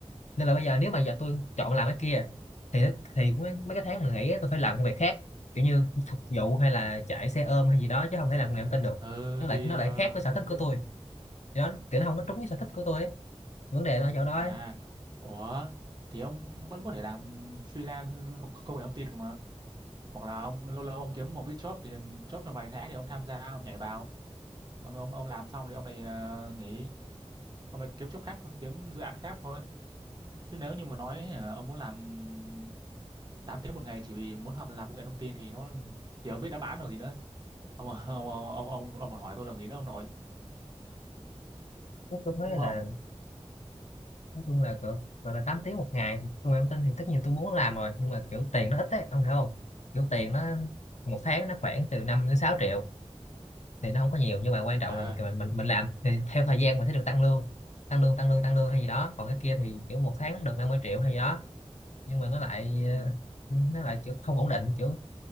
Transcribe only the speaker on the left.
nên là bây giờ nếu mà giờ tôi chọn làm cái kia thì thì mấy, mấy cái tháng mà nghỉ á, tôi phải làm công việc khác kiểu như phục vụ hay là chạy xe ôm hay gì đó chứ không thể làm nghề thông tin
được
nó lại
nó
lại khác với sở thích
của tôi Thì đó kiểu nó không có trúng với sở thích của tôi ấy. vấn đề là ở chỗ đó
ấy.
Nói chung thấy
là nói chung là gọi, gọi là 8 tiếng một ngày công nghệ thông tin thì tất nhiên tôi muốn làm rồi nhưng mà kiểu tiền nó ít ấy ông hiểu không kiểu tiền nó một
tháng nó khoảng từ 5 đến 6 triệu thì nó không có nhiều nhưng mà quan trọng
là
mình mình mình làm thì theo thời gian mình sẽ được tăng lương tăng lương tăng lương tăng lương hay gì đó còn cái kia thì kiểu một tháng nó được 50 triệu hay gì đó nhưng mà nó lại
ờ, nó lại kiểu không ổn định kiểu